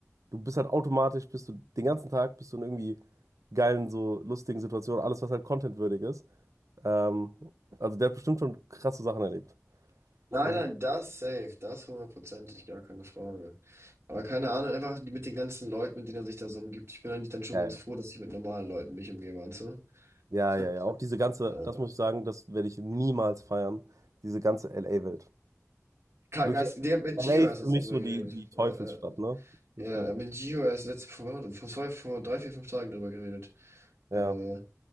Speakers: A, on the right; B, on the right.
A: Du bist halt automatisch, bist du den ganzen Tag, bist du in irgendwie geilen, so lustigen Situationen, alles, was halt contentwürdig ist. Ähm, also der hat bestimmt schon krasse Sachen erlebt.
B: Nein,
A: Das
B: nein,
A: muss
B: das safe, das hundertprozentig, gar keine Frage. Aber keine Ahnung, einfach die- mit den ganzen Leuten, mit denen er sich da so umgibt. Ich bin eigentlich dann schon
A: ja,
B: ganz
A: ja.
B: froh, dass ich mit normalen Leuten mich umgebe, weißt du?
A: Ja, ja,
B: <laughs>
A: ja. Auch diese ganze,
B: Äh,
A: das muss ich sagen, das werde ich niemals feiern. Diese ganze LA-Welt.
B: Kai-
A: Wirklich,
B: Geist, Digga, mit
A: LA
B: Gio
A: ist
B: hast du
A: für
B: jetzt
A: mich
B: drüber
A: so
B: geredet.
A: die, die Teufelsstadt,
B: Ja,
A: ne?
B: ja,
A: Das,
B: ja, mit Gio erst letzte, vor, vor, sorry, vor drei, vier, fünf Tagen drüber geredet.
A: ja,
B: Äh,